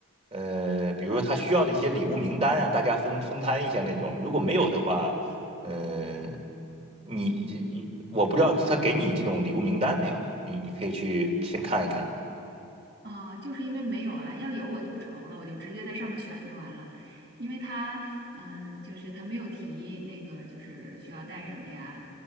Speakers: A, on the right; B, on the right.
A: 呃，比如说他需要的一些礼物名单啊，大家分分摊一下那种。如果没有的话，呃，你你我不知道他给你这种礼物名单没有，你你可以去先看一看。
B: 啊，就是因为没有啊，要有我就不愁了，我就直接在上面选就完了。因为他，嗯、就是他没有提那个，就是需要带什么呀？